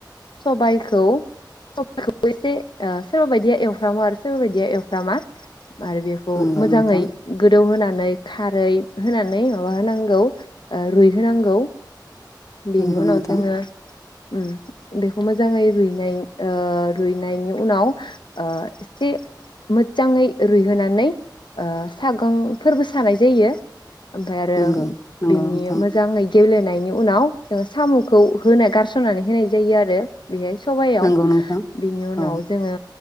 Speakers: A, on the left; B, on the left.
A: सबाइखौ सबाइखौबो एसे ओ सोरबा बायदिया एवफ्रामो आरो सोरबा बायदिया एवफ्रामा आरो बेखौ
B: नंगौ
A: मोजाङै
B: नोंथां
A: गोदौ होना नै खारै होनानै माबा होनांगौ ओ रुइहो नांगौ बेनि
B: नंगौ
A: उनाव
B: नोंथां
A: जोङो उम बेखौ मोजाङै रुइनाय ओ रुइनायनि उनाव ओ एसे मोजांङै रुइहोनानै ओ सागं फोरबो सानाय जायो। ओमफाय आरो
B: नंगौ नंगौ
A: बिनि
B: नोंथां
A: मोजाङै गेेब्ले होनायनि उनाव जोङो साम'खौ होना गारसननानै होनाय जायो आरो। बिहाय सबाइआव
B: नंगौ नोंथां
A: बिनि उनाव
B: औ
A: जोङो